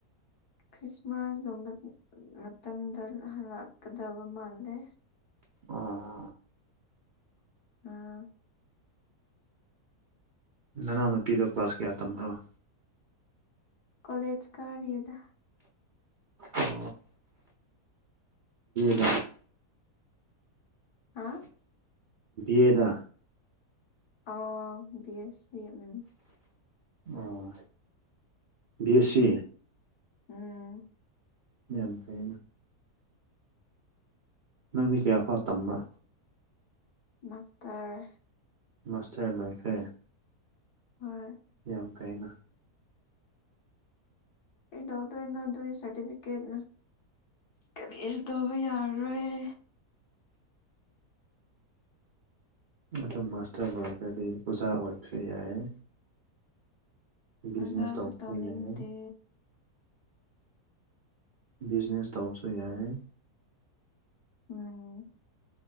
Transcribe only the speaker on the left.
ꯈ꯭ꯔꯤꯁꯃꯥꯁꯒꯨꯝꯕ ꯃꯇꯝꯗ ꯍꯜꯂꯛꯀꯗꯕ ꯃꯥꯜꯂꯦ
ꯑꯥ
ꯀꯣꯂꯦꯖ ꯀꯥꯔꯤ ꯌꯦꯗ
ꯍꯥ
ꯑ ꯦꯁ ꯎꯝ
ꯎꯝ
ꯃꯥꯁꯇꯔ
ꯍꯣꯏ
ꯑꯦꯗꯗꯣ ꯏ ꯑꯗꯨꯏ ꯁꯔꯇꯤꯐꯤꯦꯠ ꯅ ꯀꯔꯤꯁꯨ ꯇꯧꯕ ꯌꯥꯔꯔꯣꯏ
ꯑꯣꯖꯥꯁꯨ
ꯇꯧꯅꯤꯡꯗꯦ
ꯎꯝ